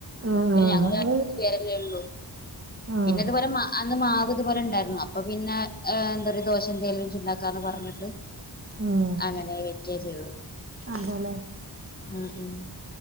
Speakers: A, on the right; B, on the left.
A: ആഹ്
B: പിന്നെ ഞങ്ങ
A: ആഹ്
B: അന്ന് പേരല്ലേള്ളു
A: ആഹ്
B: പിന്നെ ഇതുപോലെ അന്ന് മാവ ഇതുപോലെ ഉണ്ടായിരുന്നു അപ്പൊ പിന്നെ എന്താ ദോഷ എന്തെിലും വ ഉണ്ടാക്ക ന്ന് പറഞ്ഞിട്ട്
A: ഉം
B: അങ്ങനെ വറ്റുക ചെയ്തു
A: അതെല്ലേ
B: ഉം ഉം